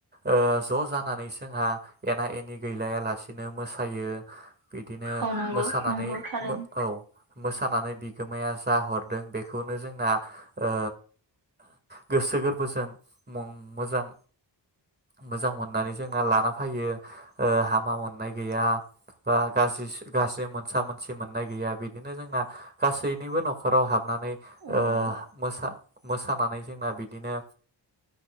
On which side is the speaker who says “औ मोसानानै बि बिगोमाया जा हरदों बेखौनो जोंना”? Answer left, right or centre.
Right